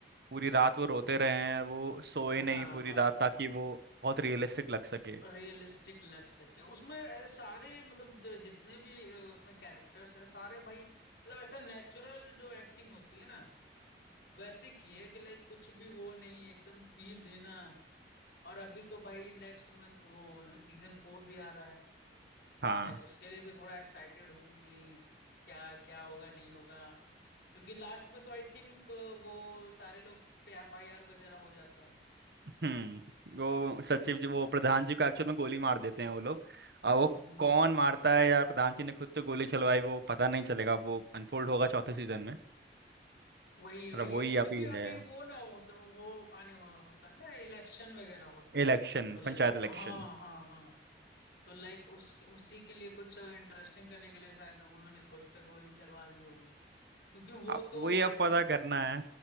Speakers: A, on the right; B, on the left.
A: पूरी रात वो रोते रहे हैं वो सोए
B: हाँ
A: नहीं पूरी
B: हाँ
A: रात ताकि वो बहुत रियलिस्टिक लग सके
B: रियलिस्टिक लग सके उसमें अ, सारे मतलब ज- जितने भी अ, उसमें कैरेक्टर्स हैं सारे भाई मतलब ऐसा नेचुरल जो एक्टिंग होती है ना वैसे की है कि लाइक कुछ भी वो नहीं एकदम फील देना और अभी तो भाई नेक्स्ट मंथ वो सीजन फोर भी आ रहा है
A: हाँ
B: लाइक उसके लिए भी थोड़ा एक्साइटेड हूँ कि क्या क्या होगा नहीं होगा क्योंकि लास्ट में तो आई थिंक वो सारे लोग पे एफआईआर वगैरह हो जाता है
A: हम्म वो सचिव जी वो प्रधान जी को एक्चुअल में गोली मार देते हैं वो लोग और वो
B: हम्म हम्म
A: कौन
B: हम्म।
A: मारता है या प्रधान जी ने खुद तो गोली चलवाई वो पता नहीं चलेगा वो अनफोल्ड होगा चौथे सीजन में
B: वही है वही
A: और अब वही
B: है क्योंकि
A: अभी
B: अभी
A: है
B: वो ना हो तो वो आने वाला होता है ना इलेक्शन वगैरह होता
A: Election
B: है तो लाइक
A: panchayat
B: हाँ
A: election
B: हाँ हाँ तो लाइक उसके उसी के लिए कुछ इंटरेस्टिंग करने के लिए शायद उन्होंने खुद पे गोली चलवा ली होगी क्योंकि वो
A: अब
B: तो
A: वही
B: आई
A: अब पता
B: थिंक
A: करना है